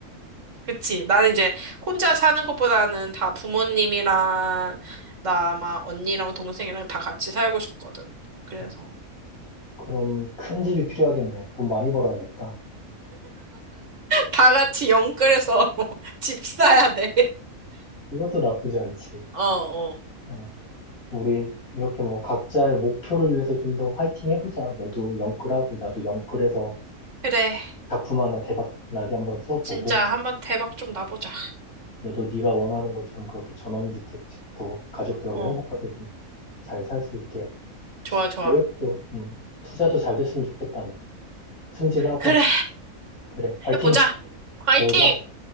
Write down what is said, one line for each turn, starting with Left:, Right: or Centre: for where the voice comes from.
Right: 그치. 나는 이제 혼자 사는 것보다는 다 부모님이랑 나 아마 언니랑 동생이랑 다
Left: 어,
Right: 같이 살고 싶거든. 그래서.
Left: 음. 그럼 큰 집이 필요하겠네. 돈 많이 벌어야겠다.
Right: 다 같이 영끌해서 <laughs> 집 사야 돼.
Left: 그것도 나쁘지 않지.
Right: 어, 어.
Left: 어, 우리 이렇게 뭐 각자의 목표를 위해서 좀 더 화이팅 해보자. 너도 영끌하고 나도 영끌해서
Right: 그래.
Left: 작품 하나 대박 나게 한번 써보고
Right: 진짜 한 번 대박 좀 나보자.
Left: 너도 네가 원하는 것처럼 그렇게 전원주택 짓고 가족들하고
Right: 어,
Left: 행복하게 좀 잘 살 수 있게
Right: 좋아, 좋아.
Left: 계획도 음, 투자도 잘 됐으면 좋겠다, 너. 승진하고
Right: 그래,
Left: 그래, 화이팅
Right: 해보자. 화이팅!
Left: 해보자.